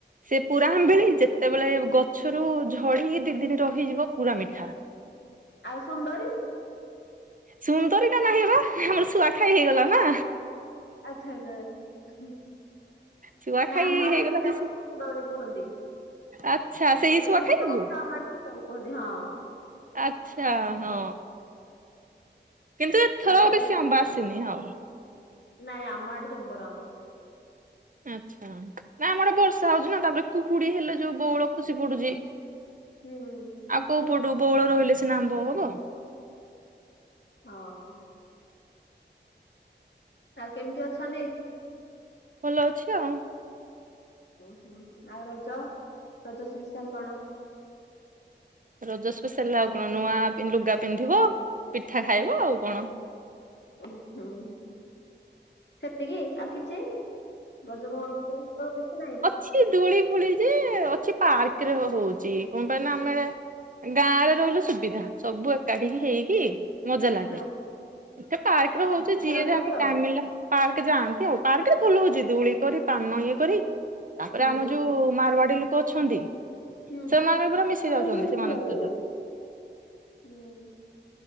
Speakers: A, on the right; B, on the left.
A: ସେ ପୁରା ଆମ୍ଭେଳି
B: ଓହୋ।
A: ଯେତେବେଳେ ଗଛରୁ ଝଡିକି ଦି ଦିନି ରହିଯିବ ପୁରା ମିଠା।
B: ଆଉ ସୁନ୍ଦରୀ।
A: ସୁନ୍ଦରୀଟା ନାହିଁ ବା ଶୁଆଖାଇ ହେଇଗଲା ନା?
B: ଆଚ୍ଛା ଆଚ୍ଛା।
A: ଶୁଆ
B: ନା
A: ଖାଇ
B: ଆମ ଆଡେ
A: ହେଇଗଲା
B: ସେଟାକୁ
A: ଯେ
B: ସୁନ୍ଦରି କୁହନ୍ତି।
A: ଆଚ୍ଛା ସେଇ
B: ତମ
A: ଶୁଆ
B: ଆଡେ ଏମିତି
A: ଖାଇବୁ
B: କହୁ ଆଉ ଆମ ଆଡେ ସୁନ୍ଦରି କୁହନ୍ତି ହଁ।
A: ଆଚ୍ଛା ହଁ କିନ୍ତୁ ଏଥର
B: ଆଉ କେମିତି
A: ବେଶୀ ଆମ୍ବ ଆସିନି ହଉ।
B: ନାଇଁ ଆମ ଆଡେ ଜବର ଆମ୍ବ।
A: ଆଛା ନା ଆମଆଡେ ବର୍ଷା ହଉଛି ନା ତାପରେ କୁହୁଡି ହେଲେ ଯୋଉ ବେଉଳ ଖସି ପଡୁଚି।
B: <inaudible>
A: ଆଉ କୋଉ ପଟୁ ବଉଳ ରହିଲେ ସିନା ଆମ୍ବ ହବ।
B: ହଁ। ଆଉ କେମିତି ଅଛନ୍ତି?
A: ଭଲ ଅଛି ଆଉ।
B: ବୋହୁତ୍ ବୋହୁତ୍ ଆଉ ରଜ ରଜ ଶ୍ପେ ଶାଲ କଣ?
A: ରଜ ସ୍ପେଶାଲ ଆଉ କଣ ନୂଆ ଲୁଗା ପିନ୍ଧିବ ପିଠା ଖାଇବ ଆଉ କଣ?
B: ଉଁ ହୁଁ ସେତିକି ଆଉ କିଛି? ରଜ କଁ କୋଉ ଥ କିଛି ନାହିଁ?
A: ସିଏ ଦୋଳି ଫୋଳି ଯେ ଅଛି ପାର୍କ ରେ ହଉଚି କଁ ପାଇଁ ନାଁ ଆମେ ଗାଁ ରେ ରହିଲୁ ସୁବିଧା ସବୁ ଏକାଠିିକି ହେଇକି? ମଜା ଲାଗେ
B: ହଁ
A: ଏ ପାର୍କ ରେ ହଉଚି
B: ପିଠା
A: ଯିଏ
B: ରଖନ୍ତି
A: ଯାହାକୁ
B: ଆଉ
A: ଟାଇମିଳିଲା। ପାର୍କ ଯାଆନ୍ତି ଆଉ ପାର୍କ ରେ ଭଲ ହଉଛି ଦେଳି କରି ପାନ ଇଏ କରି ତାପରେ
B: ହୁଁ
A: ଆମର ଯୋଉ ମାରୁଆଡି ଲୋକ ଅଛନ୍ତି।
B: ହୁଁ।
A: ସେମାନେ ବି ପୁରା ମିଶି
B: ତା
A: ଯାଉଛନ୍ତି
B: ଭିତରେ ମିଶି
A: ସେମାନଙ୍କ
B: ଯାଉଛନ୍ତି
A: ସହିତ।
B: ହୁଁ